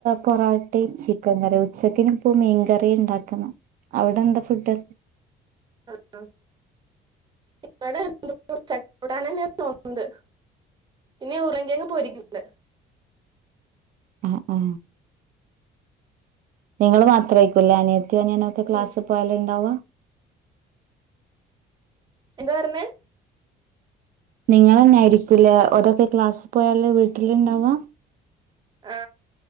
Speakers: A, on the right; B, on the right.
A: കൊറ യ് ചിക്കൻ കറി ഉച്ചക്കിനുംപ്പ മീൻകറി ഉണ്ടാക്കുന്നു അവിടെ എന്താ ഫുഡ്
B: ആ ഇവിടെ ചക്ക കൂട്ടാനാണ്ന്ന തോന്നുന്നത് ഇനി ഉറളങ്കിഴങ്ങ് പൊരിക്ക്ണ്ട്
A: ആ ആ നിങ്ങള് മാത്രെയ്ക്കുല്ലയിന് <unintelligible> ക്ലാസ്സി
B: പിന്നെ
A: പോയാലുണ്ടാവുക
B: എന്ത് പറഞ്ഞെ
A: നിങ്ങന്നൊയിരിക്കൂലേ ഓരോക്കെ ക്ലാസ് പോയാല് വീട്ടിലിണ്ടവാ
B: ആ